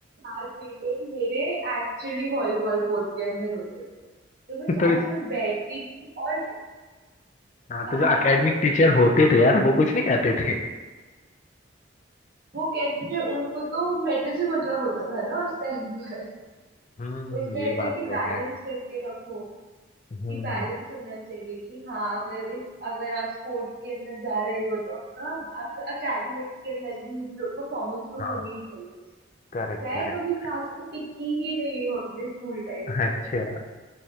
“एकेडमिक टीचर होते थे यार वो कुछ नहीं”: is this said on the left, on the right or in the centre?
Left